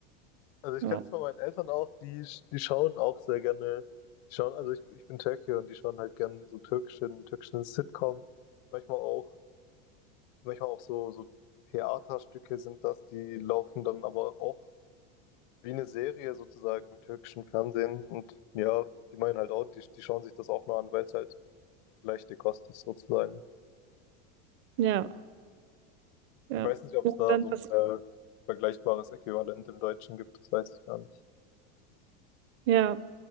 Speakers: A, on the left; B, on the right.
A: Also ich
B: Ja,
A: kenne es von meinen Eltern auch, die, sch- die schauen auch sehr gerne, die schauen, also ich, ich bin Türke und die schauen halt gerne so türkischen, türkischen Sitcom. Manchmal auch, manchmal auch so, so Theaterstücke sind das, die laufen dann aber auch wie eine Serie sozusagen im türkischen Fernsehen. Und ja, die meinen halt auch, die, die schauen sich das auch mal an, weil es halt leichte Kost ist sozusagen.
B: ja, ja.
A: Ich weiß nicht, ob
B: Und
A: es da
B: dann
A: so
B: passiert
A: ein äh, vergleichbares Äquivalent im Deutschen gibt, das weiß ich gar nicht.
B: Ja,